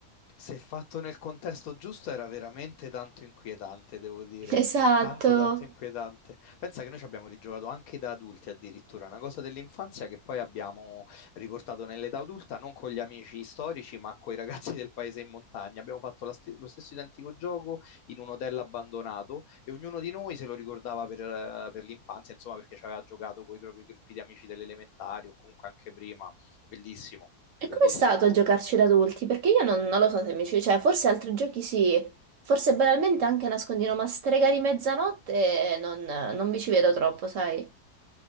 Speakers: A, on the left; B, on the right.
A: Se fatto nel contesto giusto era veramente tanto inquietante, devo dire,
B: <laughs> Esatto.
A: tanto tanto inquietante. Pensa che noi ci abbiamo rigiocato anche da adulti addirittura, una cosa dell'infanzia che poi abbiamo riportato nell'età adulta, non con gli amici storici, ma con i ragazzi del paese in montagna. Abbiamo fatto la ste- lo stesso identico gioco in un hotel abbandonato e ognuno di noi se lo ricordava per, eh, per l'infanzia, insomma, perché ci aveva giocato con i propri gruppi di amici delle elementari o comunque anche prima. Bellissimo,
B: E
A: bellissimo.
B: com'è stato giocarci da adulti? Perché io non, non lo so se mi ci... Cioè, forse altri giochi sì, forse banalmente anche nascondino, ma Stregari Mezzanotte eh, non, non vi ci vedo troppo, sai?